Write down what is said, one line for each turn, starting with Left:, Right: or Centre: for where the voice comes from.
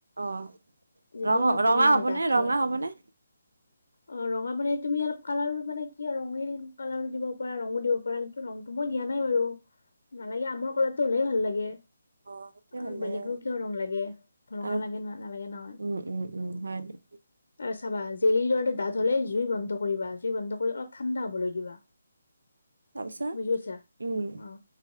Right: অ
Left: জেলিটো
Right: ৰঙা
Left: ইমান পানীয়া
Right: ৰঙা
Left: নহয়
Right: হ'বনে,
Left: ডাঠ
Right: ৰঙা
Left: হয়।
Right: হ'বনে?
Left: অ ৰঙা বনাই তুমি অলপ কালাৰ মানে কি ৰঙিল কালাৰো, দিব পাৰা ৰঙো দিব পাৰা কিন্তু ৰংটো মই দিয়া নাই বাৰু। নালাগে আমাৰ কলাৰটো হওলেই ভাল লাগে।
Right: অ', সেইটোৱে
Left: আৰু
Right: ভাল
Left: বেলেগৰো
Right: লাগে
Left: কিয় ৰং লাগে ৰঙা
Right: আৰু
Left: লাগে নালাগে নহ।
Right: উম, উম, উম, হয় দিয়া।
Left: আছ বা জেলিৰ দৰে ডাঠ হলে জুই বন্ধ কৰিবা জুই বন্ধ কৰি অলপ ঠাণ্ডা হ'বলৈ দিবা।
Right: তাৰপিছত
Left: বুজি পাইছা
Right: উম,
Left: অ',।